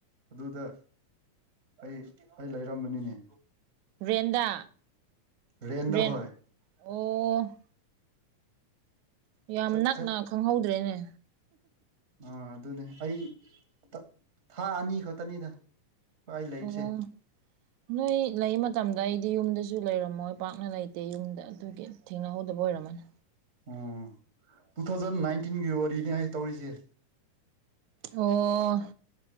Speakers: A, on the right (about 35°); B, on the right (about 75°).
A: ꯑꯗꯨꯗ ꯑꯩ ꯑꯩ ꯂꯩꯔꯝꯕꯅꯤꯅꯦ
B: ꯔꯦꯟꯗ
A: ꯔꯦꯟꯗ
B: ꯔꯦꯟ
A: ꯍꯣꯏ
B: ꯑꯣ ꯌꯥꯝ
A: ꯆꯠ
B: ꯅꯛꯅ
A: ꯆꯠ
B: ꯈꯪꯍꯧꯗ꯭ꯔꯦꯅꯦ
A: ꯑꯥ ꯑꯗꯨꯅꯦ ꯑꯩ ꯇꯠ ꯊꯥ ꯑꯅꯤ ꯈꯛꯇꯅꯤꯗ ꯑꯩ ꯂꯩꯕꯁꯦ
B: ꯑꯣ ꯅꯣꯏ ꯂꯩ ꯃꯇꯝꯗ ꯑꯩꯗꯤ ꯌꯨꯝꯗꯁꯨ ꯂꯩꯔꯝꯃꯣꯏ ꯄꯥꯛꯅ ꯂꯩꯇꯦ ꯌꯨꯝꯗ ꯑꯗꯨꯒꯤ ꯊꯦꯡꯅꯍꯧꯗꯕ ꯑꯣꯏꯔꯝꯃꯅꯤ
A: ꯑꯣ ꯇꯨ ꯊꯥꯎꯖꯟ ꯅꯥꯏꯟꯇꯤꯟꯒꯤ ꯋꯥꯔꯤꯅꯦ ꯑꯩ ꯇꯧꯔꯤꯖꯦ
B: ꯑꯣ